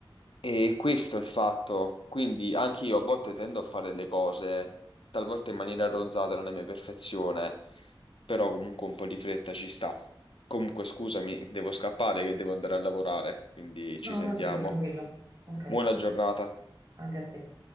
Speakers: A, on the left; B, on the right.
A: E questo è il fatto. Quindi anche io a volte tendo a fare le cose talvolta in maniera ronzata non è mia perfezione, però comunque un po' di fretta ci sta. Comunque, scusami, devo scappare che devo andare a lavorare, quindi ci
B: No,
A: sentiamo.
B: tranquillo, tranquillo. Ok,
A: Buona giornata.
B: anche a te.